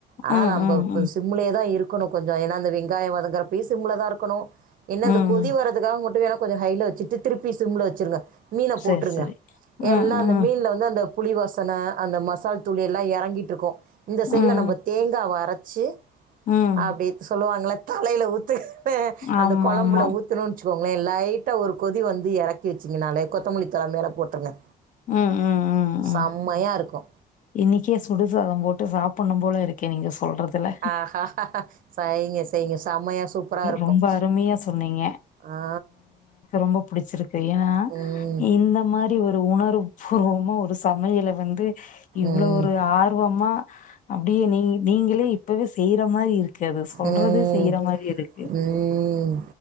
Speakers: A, on the right; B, on the left.
A: ஆனா
B: ம்
A: நம்ப
B: ம்
A: அப்ப
B: ம்
A: சிம் சிம்முலே தா இருக்கணு கொஞ்சொ ஏன்னா இந்த வெங்காயொ வதங்கறப்பயு சிம்ளதா இருக்கணு என்ன இந்த
B: ம்
A: கொதி வர அதுக்காக மட்டு வேனா கொஞ்சொ ஹைல வச்சுட்டு திருப்பி சிம்ல வச்சுருங்க மீன போட்டுருங்க
B: சேரி சேரி
A: எல்லா
B: ம்
A: அந்த
B: ம்
A: மீன்ல வந்து அந்த புளி வாசன அந்த மசால் தூள் எல்லா எறங்கிட்டுருக்கு இந்த சைட்ல
B: ம்
A: நம்ம தேங்காவ அரச்சு
B: ம்
A: அப்னடி சொல்லுவாங்கள தலைல ஊத்து அந்த
B: ஆமா
A: கொழம்புல
B: ஆமா
A: ஊத்துணுன் போங்ளே லைட்டா ஒரு கொதி வந்து எறக் க்கி வச்சிங்கனாலே கொத்தமல்லி தல மேல போட்டுருங்க
B: ம் ம் ம்
A: சம்மையா
B: ம்
A: இருக்கு
B: இன்னைக்கே சுடுசாதம் போட்டு சாப்பட்னு போல இருக்கே நீங்க சொல்றது ல
A: ஆஹா செய்யுங்க செய்யுங்க செம்மையாக சூப்பராக இருக்கும்
B: ரொம்ப அருமையா சொன்னுங்க
A: ஆ
B: ரொம்ப புடிச்சிருக்கு ஏன்னா
A: ம்
B: இந்த மா ரி ஒரு உணர்வு பூர்வமா ஒரு சமையல வந்து இவ்ளொ
A: ம்
B: ஒரு ஆர்வமா அப்டியே நீ நீங்களே இப்பவே செய்ற மாறி இருக் கு அது சொல்றதே
A: ம்.
B: செய்யிற மாரி இருக்கு
A: ம்